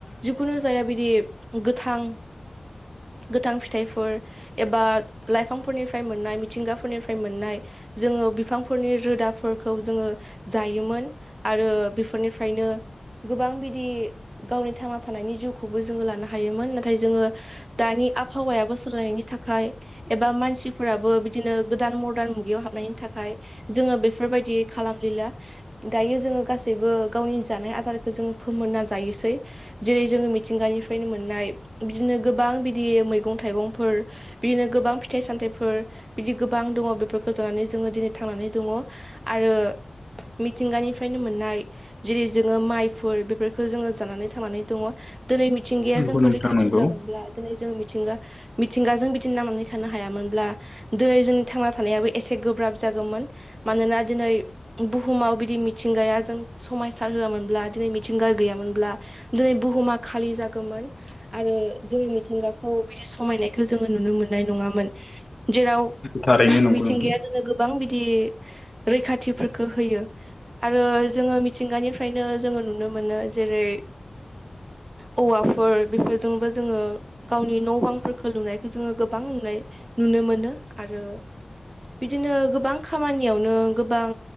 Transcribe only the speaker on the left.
नंगौ
नोंथां
नंगौ
थारैनो नंगौ
नोंथां